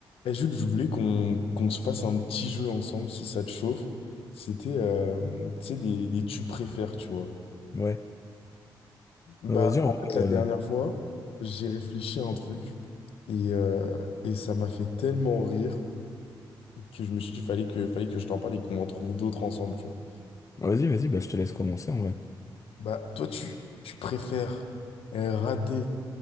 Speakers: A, on the left; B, on the left.
A: Eh, Jules, je voulais qu'on qu'on se fasse un petit jeu ensemble si ça te chauffe. C'était, euh, tu sais, des, des tu préfères, tu vois.
B: Ouais.
A: Bah,
B: Bah, vas-y, en
A: en
B: vrai,
A: fait, la
B: euh,
A: dernière fois, j'ai réfléchi à un truc et, euh, et ça m'a fait tellement rire que je me suis dit, fallait que, fallait que je t'en parle et qu'on en trouve d'autres ensemble, tu vois.
B: vas-y, vas-y, bah, je te laisse commencer, en vrai.
A: Bah, toi, tu, tu préfères euh, rater